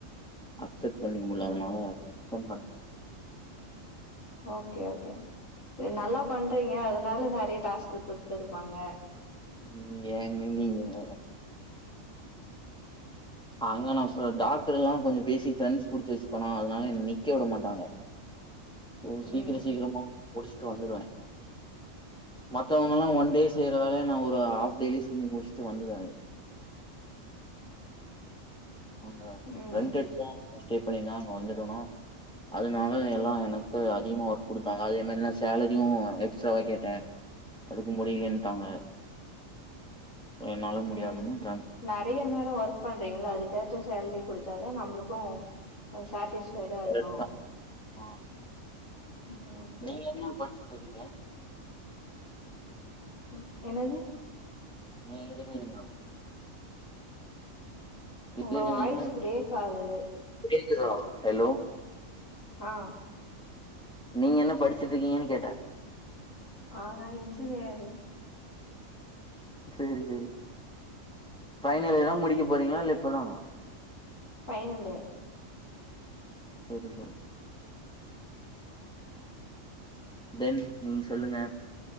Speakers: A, in the centre; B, on the left.
A: அக்செட் பண்ணிக்க முடியாதுனால
B: ம்
A: ரிசென் பட்
B: ஓகே ஓகே சரி நல்லா பண்றீங்க அதனால நெறைய டாஸ்க்கு குடுத்துருப்பாங்க
A: ம் ஏங்க நீங்க வேற அங்க நா சில டாக்டர்ல்லா கொஞ்சோ பேசி ஃப்ரெண்ட்ஸ் புடிச்சு வச்சுபனா அதனால என்ன நிக்க விட மாட்டாங்க போ சீக்கிர
B: ம்
A: சீக்கிரமா முடிச்சுட்டு வந்துருவ மத்தவங்கல்லா ஒன் டே செய்ற வேலய நா ஒரு ஆஃப் டேலே செஞ்சு முடிச்சுட்டு வந்துருவ அங்க
B: ம்
A: ரெண்ட் எடுத்துதா ஸ்டே பண்ணிந்த அங்க வந்துடணு அதனால எல்லா எனக்கு த அதிகமா ஒர்க் குடுத்தாங்க அத என்னனா சேலரியு எக்ஸ்ட்ராவா கேட்ட அதுக்கு முடியலன்ட்டாங்க என்னால முடியாதுன்னு
B: ம்
A: ட்ரான்ஸ்ஃபர்
B: நறைய நேரோ ஒர்க் பண்றீங்கல்ல அதுக்கேத்த சேலரி குடுத்தாதா நம்ளுக் க்கு கொஞ்சோ சட்டிஸ்ஃபைடா இருக்கு
A: எடுத்தே ஆ
B: ம் ஓகே
A: நீங்க
B: ஓகே
A: என்ன படிச்சிட்டு இருக்கீங்க
B: ம் என்னது
A: நீ இன்ஜினியரிங்கா இல்ல
B: உங்க
A: நீங்க
B: வாய்ஸ்
A: என்ன
B: பிரேக் ஆகுது.
A: கேக்குதா ஹலோ
B: ஆ
A: நீங்க என்ன படிச்சிட்ருக்கீங்கன்னு கேட்டே
B: ஆ நா இன்ஜினியரிங்
A: சேரி சேரி பைனல் இயரா முடிக்க போறீங்களா இல்ல இப்பதானா
B: ஃபைனலு
A: செரி செரி தென் நீங்க சொல்லுங்க